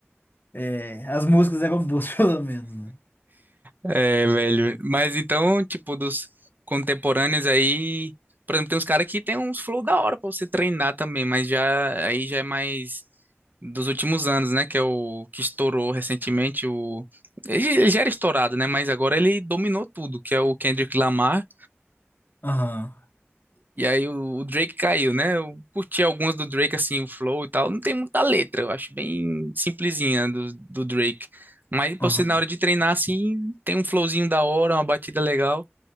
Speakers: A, on the left; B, on the right.
A: é, as músicas eram boas, <laughs> pelo menos, né?
B: É, velho. Mas então, tipo, dos contemporâneos aí... Por exemplo, tem uns caras que tem uns flow da hora pra você treinar também, mas já aí já é mais dos últimos anos, né? Que é o que estourou recentemente. O... Ele ele já era estourado, né? Mas agora ele dominou tudo, que é o Kendrick Lamar.
A: Aham,
B: E aí o, o Drake caiu, né? Eu curti algumas do Drake, assim, o flow e tal. Não tem muita letra, eu acho bem simplesinha do, do Drake. Mas pra
A: aham.
B: você, na hora
A: <laughs>
B: de treinar, assim, tem um flowzinho da hora, uma batida legal.